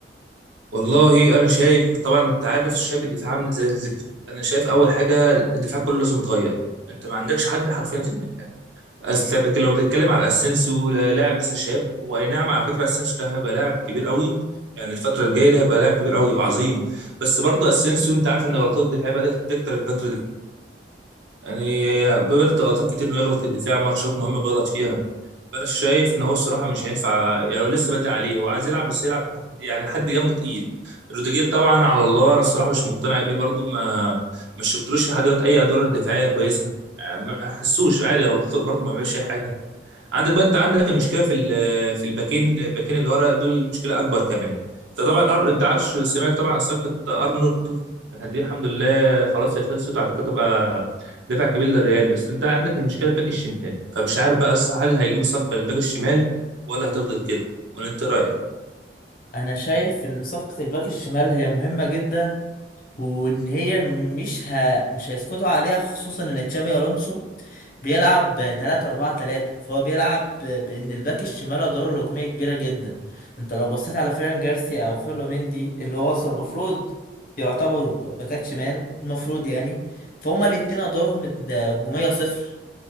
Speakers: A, on the right; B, on the left.
A: والله انا شايف طبعا انت عارف شايف الدفاع عامل زي الزفت انا شايف اول حاجه الدفاع كله لازم يتغير انت ما عندكش حد حرفيا في الدفاع أصل أنت بت- لو بتتكلم على اسينسيو لا- لاعب لسه شاب هو اي نعم على فكره اسينسيو ده هيبقى لاعب كبير قوي يعني الفتره الجايه ده هيبقى لاعب كبير قوي وعظيم بس برضه اسينسيو انت عارف ان غلطات الدفاع بدات تكتر الفتره دي يعني هي- بدات غلطات كتير انه يغلط في الدفاع ماتشات مهمه بيغلط فيها انا شايف ان هو الصراحه مش هينفع يعني هو لسه بدري عليه هو عايز يلعب بس يلعب حد- يعني حد جنبه تقيل روديجير طبعا على الله انا الصراحه مش مقتنع بيه برضو ما ما شفتلوش لحد دلوقتي اي ادوار دفاعيه كويسه يعني ما حسوش عادي غلط برضو ما بيعملش اي حاجه عندك بقى انت عندك المشكله في ال- في الباكين الباكين اللي ورا دول المشكله اكبر كمان انت طبعا أر... انت عارف شو- سمعت طبعا عن صفقه ارنولد يعني دي الحمد لله خلاص هي خلصت وعلى فكره تبقى دفع كبير للريال بس انت عندك المشكله الباك الشمال فمش عارف بقى الص- هل هيجيب الصفقه للباك الشمال ولا هتفضل كده ولا انت رايك
B: انا شايف ان صفقه الباك الشمال هي مهمه جدا وان هي مش ه... مش هيسقطوا عليها خصوصا ان تشافي الونسو بيلعب 3 4 3 فهو بيلعب ب- بان الباك الشمال ادواره الهجوميه كبيره جدا انت لو بصيت على فيران جارسيا او فيرلو مندي اللي هو اصلا المفروض يعتبروا باكات شمال المفروض يعني فهما الاتنين ادوارهم الد- هجوميه صفر